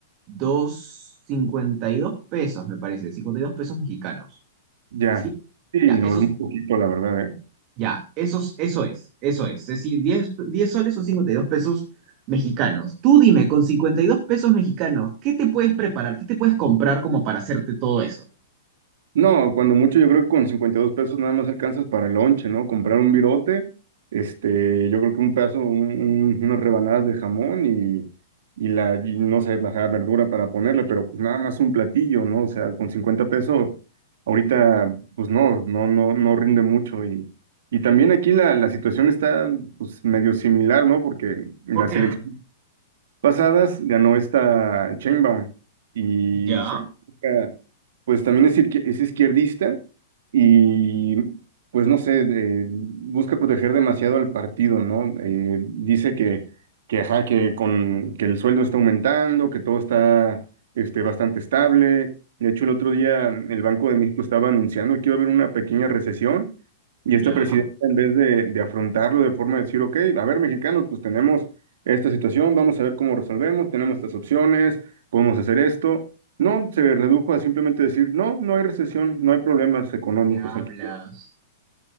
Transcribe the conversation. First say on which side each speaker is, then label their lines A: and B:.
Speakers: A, on the right; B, on the right.
A: dos cincuenta y dos pesos, me parece, 52 pesos mexicanos.
B: ya.
A: ¿Sí?
B: Sí,
A: Ya,
B: no
A: esos,
B: es muy poquito, la verdad, ¿eh?
A: ya, esos, eso es, eso es. Es decir, diez diez soles son cincuenta y dos pesos mexicanos. Tú dime, con 52 pesos mexicanos, ¿qué te puedes preparar? ¿Qué te puedes comprar como para hacerte todo eso?
B: No, cuando mucho, yo creo que con 52 pesos nada más alcanzas para el lonche, ¿no? Comprar un virote, este, yo creo que un pedazo, un- un- unas rebanadas de jamón y, y la, y no sé, la verdura para ponerle, pero pues nada más un platillo, ¿no? O sea, con 50 pesos, ahorita, pues no, no, no, no rinde mucho y. Y también aquí la, la situación está pues medio similar, ¿no? Porque la
A: ¿Por qué?
B: selección
A: ah?
B: pasadas ganó esta Chainbaum y
A: Ya,
B: su política, pues también es, izquier- es izquierdista y pues no sé, eh, busca proteger demasiado al partido, ¿no? Eh, dice que, que, ajá, que, con, que el sueldo está aumentando, que todo está este, bastante estable. De hecho, el otro día el Banco de México estaba anunciando que iba a haber una pequeña recesión y esta
A: ya.
B: presidenta, en vez de, de afrontarlo de forma de decir, ok, a ver, mexicanos, pues tenemos esta situación, vamos a ver cómo resolvemos, tenemos estas opciones, podemos hacer esto. No, se redujo a simplemente decir, no, no hay recesión, no hay problemas económicos
A: ¿Qué hablas?
B: aquí.